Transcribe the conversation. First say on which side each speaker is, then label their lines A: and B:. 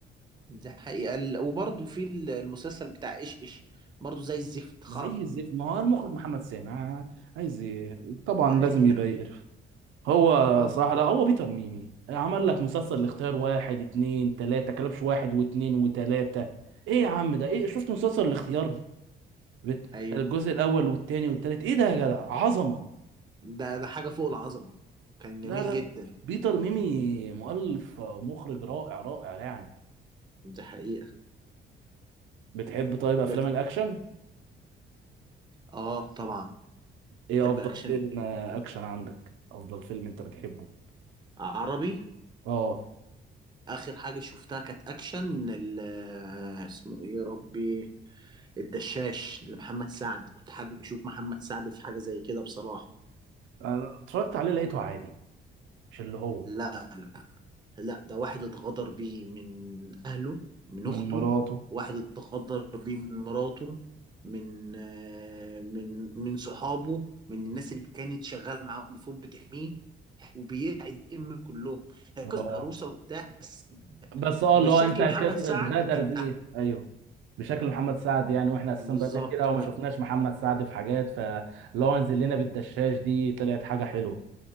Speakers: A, on the right; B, on the right.
A: دي حقيقة ال- وبرضه في ال- المسلسل بتاع ايش ايش برضه زي الزفت خرب
B: زي الزفت ما هو المخرج محمد سامي ع- عايز ايه طبعا
A: ايوه
B: لازم يبقى يقرف هو
A: آه.
B: صراحة لا هو بيتر ميمي عمل لك مسلسل الاختيار واحد اتنين تلاتة كلبش واحد واتنين وتلاتة ايه يا عم ده ايه شفت مسلسل الاختيار بت-
A: ايوه
B: الجزء الاول والتاني والتالت ايه ده يا جدع عظمه
A: ده ده حاجة فوق العظمة كان جميل
B: لا لا
A: جدا
B: بيتر ميمي مؤلف مخرج رائع رائع يعني
A: دي حقيقة
B: بتحب طيب افلام
A: ده ت-
B: الاكشن
A: اه طبعا
B: ايه
A: تحب
B: افضل
A: اكشن
B: فيلم
A: ايه
B: آه، اكشن عندك افضل فيلم انت بتحبه
A: عربي
B: اه
A: اخر حاجه شفتها كانت اكشن ال- اسمه ايه يا ربي الدشاش لمحمد سعد كنت حابب اشوف محمد سعد في حاجه زي كده بصراحه
B: أنا اتفرجت عليه لقيته عادي مش اللي هو
A: لا لا لا ده واحد اتغدر بيه من اهله من
B: من
A: اخته
B: مراته
A: واحد اتغدر بيه من مراته من آه، من من صحابه من الناس اللي كانت شغاله معاه المفروض بتحميه وبينتقم من كلهم هي
B: اه
A: قصه هروسه وبتاع بس
B: بس اه
A: بشكل
B: اللي هو انت كسر
A: محمد سعد
B: اتغدر
A: كانت
B: بيه
A: احسن
B: ايوه بشكل محمد سعد يعني واحنا اساسا
A: بالظبط
B: بقالنا كتير قوي ما شفناش محمد سعد في حاجات فلو انزل لنا بالدشاش دي طلعت حاجه حلوه